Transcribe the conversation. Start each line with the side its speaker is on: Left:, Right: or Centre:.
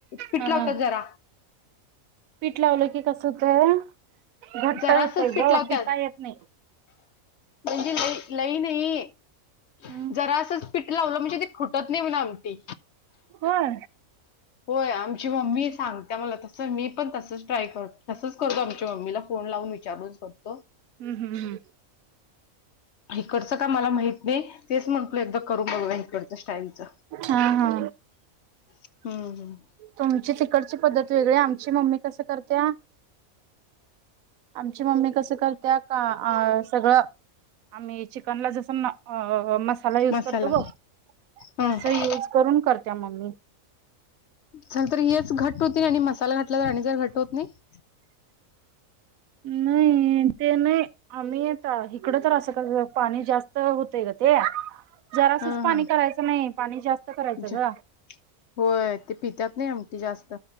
Left: पिटलावता
Right: हा हा.
Left: जरा
Right: पीठ लावलं की कसं होत घट्ट
Left: जरासच
Right: होतोय
Left: पीठ
Right: ग
Left: लावतात
Right: पिता येत नाही
Left: म्हणजे लई लई नाही
Right: हम्म
Left: जरा असं वलं म्हणजे ते खुटत नाही म्हणा आमी
Right: होय
Left: होय आमची मम्मी सांगते मला तस मी पण तसच ट्राय करतो तसच करतो आमच्या मीला फोन लावून विचारूच कर
Right: हम्म हम्म हम्म
Left: इकडचं का मला माहित नाही तेच म्हटल एकदा करून बघ इकडच स्टाईलचम््
Right: हा हा तुमची तिकडची पद्धत वेगळी आमची मम्मी कस करते आमची मम्मी कसं करते का अ सगळं आम्ही चिकनला जस म म य
Left: मसाला
Right: करतो
Left: हम्म
Right: तस य करून करत म
Left: चल तर हेच घट होती आणि मसाला घटला तर आणि जर घट होत नाही
Right: नाही ते नाही आम्ही येत इकडं तर असं का पाणी जास्त होतय का ते जरासच
Left: हं
Right: पाणी
Left: हं.
Right: करायचं नाही पाणी जास्त करायचं
Left: ज-
Right: ग
Left: होय ते पितात नाही आमटी जास्त